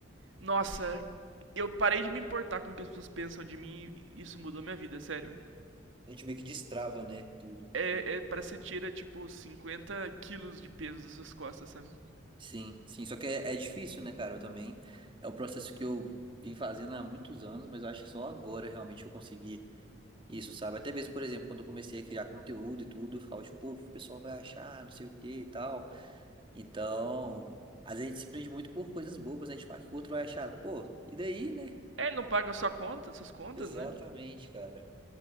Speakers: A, on the right; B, on the right.
A: nossa, eu parei de me importar com o que as pessoas pensam de mim e isso mudou minha vida, sério.
B: A gente meio que destrava, né, tudo.
A: É, é parece que você tira, tipo, 50 quilos de peso das suas costas, sabe?
B: Sim, sim, só que é, é difícil, né, cara? Eu também. É o processo que eu vim fazendo há muitos anos, mas eu acho que só agora realmente eu consegui isso, sabe? Até mesmo, por exemplo, quando eu comecei a criar conteúdo e tudo, eu ficava tipo, pô, o que o pessoal vai achar, não sei o que e tal. Então, às vezes a gente se prende muito por coisas bobas, né? Tipo, ah, o que o outro vai achar? Pô, e daí, né?
A: É, ele não paga a sua conta, suas contas,
B: Exatamente,
A: né?
B: cara.